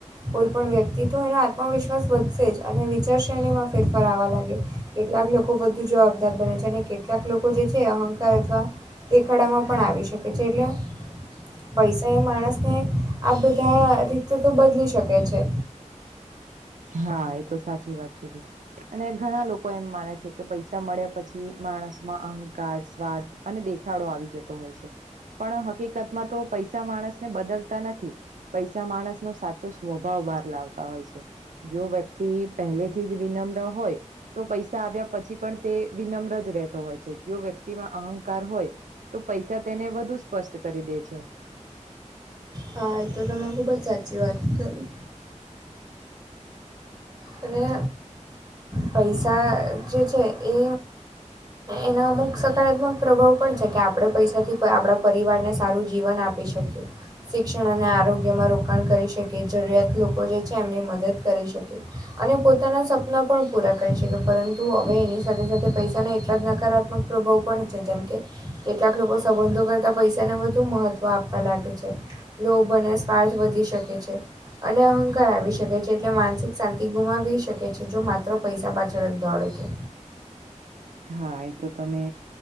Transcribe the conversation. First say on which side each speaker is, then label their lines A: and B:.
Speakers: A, on the right; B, on the right.
A: કોઈ પણ વ્યક્તિ તો એનો આત્મવિશ્વાસ વધશે જ અને વિચાર શ્રેણીમાં ફેરફાર આવા લાગે કેટલાક લોકો વધુ જવાબદાર બને છે અને કેટલાક લોકો જે છે અહંકાર અથવા દેખાડામાં પણ આવી શકે છે એટલે પૈસા એ માણસને આ બધા રીતે તો બદલી શકે છે.
B: હા એ તો સાચી વાત કીધી અને ઘણા લોકો લોકો એમ માને છે કે પૈસા મળ્યા પછી માણસમાં અહંકાર સ્વાર્થ અને દેખાડો આવી જતો પણ હકીકતમાં તો પૈસા માણસને બદલતા નથી પૈસા માણસ સાચો સ્વભાવ બહાર લાવતા હોય છે જો વ્યક્તિ પહેલેથી જ વિનમ્ર હોય તો પૈસા આવ્યા પછી પણ તે વિનમ્ર જ રહેતો હોય છે અહંકાર હોય તો પૈસા તેને વધુ સ્પષ્ટ કરી દે છે.
A: હા એ તો તમે ખુબ જ સાચી વાત કરી અને પૈસા જે છે એ એના અમુક સકારાત્મક પ્રભાવ પણ છે કે પૈસાથી આપણા પરિવારને સારું જીવન આપ આપી શકીએ શિક્ષણ અને આરોગ્યમાં રોકાણ કરી શકીએ જરૂરિયાત જે છે એમની મદદ કરી શકે અને પોતાના સપના પણ પૂરા કરી શકે પરંતુ હવે એની સાથે સાથે પૈસાના એટલા જ નકારાત્મક પ્રભાવ પણ છે જેમ કે કેટલાક લોકો સંબંધો કરતા પૈસાને મહત્વ આપવા લાગે છે લોભ અને સ્વાર્થ વધી શકે છે અને અહંકાર આવી શકે છે એટલે માનસિક શાંતિ ગુમાવી શકે છે જો માત્ર પૈસા પાછળ જ દોડે
B: હા એ તો તમે